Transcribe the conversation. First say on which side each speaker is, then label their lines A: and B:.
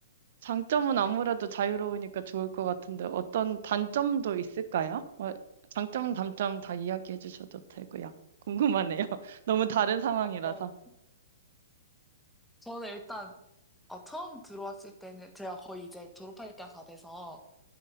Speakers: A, on the right (about 60°); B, in the centre.
A: 장점은 아무래도 자유로우니까 좋을 것 같은데 어떤 단점도 있을까요? 어, 장점, 단점 다 이야기해 주셔도 되고요. 궁금하네요. <laughs> 너무 다른 상황이라서.
B: 어, 저는 일단 어, 처음 들어왔을 때는 제가 거의 이제 졸업할 때가 다 돼서